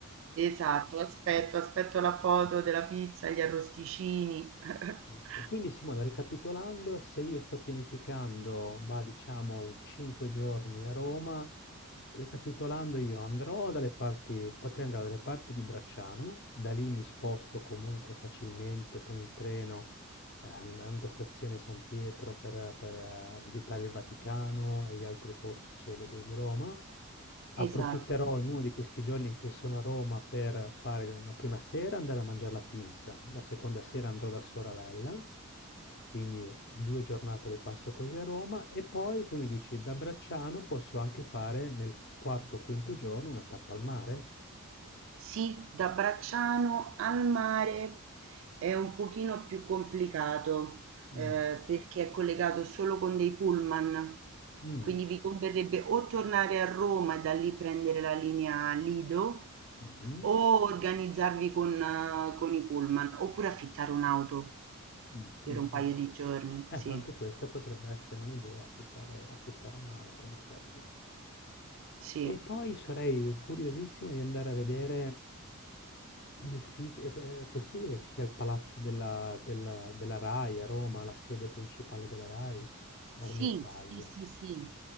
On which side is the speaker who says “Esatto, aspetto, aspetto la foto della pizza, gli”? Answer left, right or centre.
Right